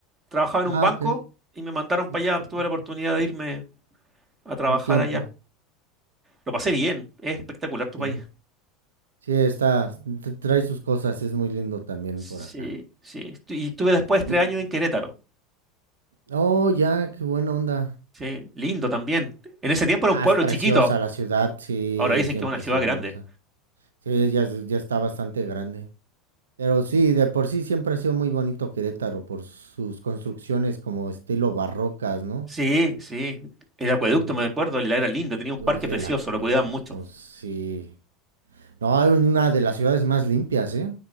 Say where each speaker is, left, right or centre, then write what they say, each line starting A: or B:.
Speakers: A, on the right (about 25°); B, on the right (about 85°).
A: trabajaba en un
B: Ah,
A: banco
B: ok.
A: y me mandaron
B: No,
A: para allá.
B: perfecto.
A: Tuve la oportunidad de irme a trabajar
B: Un tiempo.
A: allá. Lo pasé bien, es espectacular tu
B: Sí.
A: país.
B: Sí, está. t- Trae sus cosas. Es muy lindo también
A: Sí,
B: por acá.
A: sí. Estu- Y estuve después tres
B: Y,
A: años en Querétaro.
B: oh, ya, qué buena onda.
A: Sí, lindo también. En ese tiempo era
B: Ah,
A: un pueblo
B: es preciosa
A: chiquito,
B: la ciudad. Sí,
A: ahora dicen
B: es bien
A: que es una
B: preciosa.
A: ciudad grande.
B: Sí, ya, es- ya está bastante grande. Pero sí, de por sí siempre ha sido muy bonito Querétaro por sus construcciones como estilo barrocas, ¿no?
A: Sí, sí. El acueducto,
B: Ujú.
A: me acuerdo, la era lindo, tenía un parque
B: O sea,
A: precioso,
B: El acueducto,
A: lo cuidaban mucho.
B: sí. No, es una de las ciudades más limpias, ¿eh?